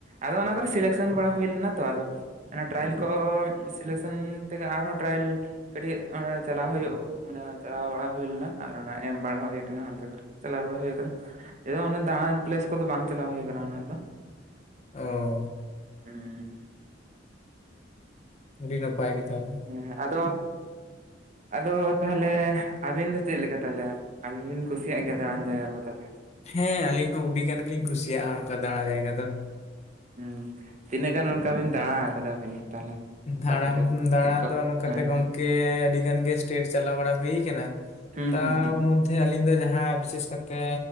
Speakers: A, on the right; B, on the left.
A: ᱟᱫᱚ ᱚᱱᱟ ᱠᱚᱨᱮ ᱥᱤᱞᱮᱠᱥᱮᱱ ᱵᱟᱲᱟ ᱦᱩᱭ ᱞᱮᱱᱟ ᱛᱚ ᱟᱫᱚ ᱚᱱᱟ ᱴᱨᱟᱭᱮᱞ ᱠᱚ ᱥᱤᱞᱮᱠᱥᱮᱱ ᱛᱮᱜᱮ ᱟᱨᱦᱚᱸ ᱴᱨᱟᱭᱮᱞ ᱠᱟᱹᱴᱤᱜ ᱚᱸᱬᱮ ᱪᱟᱞᱟᱣ ᱦᱩᱭᱩᱜ ᱢᱟᱱᱮ ᱪᱟᱞᱟᱣ ᱵᱟᱲᱟ ᱦᱩᱭᱞᱱᱟ ᱟᱨ ᱚᱱᱟ ᱮᱢ ᱵᱟᱲᱟ ᱦᱩᱭ ᱠᱟᱱᱟ ᱚᱱᱛᱮ ᱠᱚᱨᱮ, ᱪᱟᱞᱟᱣ ᱵᱟᱲᱟ ᱦᱩᱭ ᱠᱟᱱᱟ᱾ ᱞᱮᱭ ᱫᱚ ᱚᱱᱮ ᱫᱟᱬᱟᱱ ᱯᱞᱮᱥ ᱠᱚᱫᱚ ᱵᱟᱝ ᱪᱟᱞᱟᱣ ᱦᱩᱭ ᱠᱟᱱᱟ ᱩᱱᱟᱹᱜ ᱫᱚ᱾
B: ᱚ᱾
A: ᱦᱩᱸ᱾
B: ᱟᱹᱰᱤ ᱱᱟᱯᱟᱭ ᱜᱮ ᱛᱟᱦᱚᱞᱮ᱾
A: ᱦᱮᱸ ᱟᱫᱚ ᱟᱫᱚ ᱛᱟᱦᱚᱞᱮ ᱟᱵᱤᱱ ᱫᱚ ᱪᱮᱜ ᱞᱮᱠᱟ ᱛᱟᱦᱚᱞᱮ? ᱟᱵᱤᱱ ᱵᱤᱱ ᱠᱩᱥᱤᱭᱟᱜ ᱜᱮᱭᱟ ᱫᱟᱬᱟᱱ ᱡᱟᱭᱜᱟ ᱠᱚ ᱛᱟᱦᱞᱮ᱾
B: ᱦᱮᱸ ᱟᱹᱞᱤᱧ ᱦᱚᱸ ᱩᱰᱤ ᱜᱟᱱ ᱜᱮᱞᱤᱧ ᱠᱩᱥᱤᱭᱟᱜ-ᱟ ᱚᱱᱠᱟ ᱫᱟᱬᱟ ᱡᱟᱭᱜᱟ ᱫᱚ᱾
A: ᱦᱩᱸ᱾ ᱛᱤᱱᱟᱹᱜ ᱜᱟᱱ ᱚᱱᱠᱟ ᱵᱤᱱ ᱫᱟᱬᱟ ᱠᱟᱫᱟ ᱵᱤᱱ ᱛᱟᱦᱚᱞᱮ? ᱚᱠᱟ
B: ᱫᱟᱬᱟᱱ
A: ᱠᱚᱨᱮ
B: ᱫᱟᱬᱟ
A: ᱪᱮᱫ ᱠᱚ
B: ᱫᱚ ᱱᱚᱝᱠᱟ
A: ᱦᱮᱸ
B: ᱛᱮ ᱜᱚᱝᱠᱮ᱾ ᱜᱮ ᱟᱹᱰᱤ ᱜᱟᱱ ᱜᱮ ᱮᱥᱴᱮᱴ ᱪᱟᱞᱟᱣ ᱵᱟᱲᱟ ᱦᱩᱭ ᱠᱟᱱᱟ᱾
A: ᱦᱩᱸ
B: ᱛᱟᱣ
A: ᱦᱩᱸ
B: ᱢᱩᱱ ᱛᱮ ᱟᱹᱞᱤᱧ ᱫᱚ ᱡᱟᱦᱟᱸ ᱵᱤᱥᱮᱥ ᱠᱟᱨᱛᱮ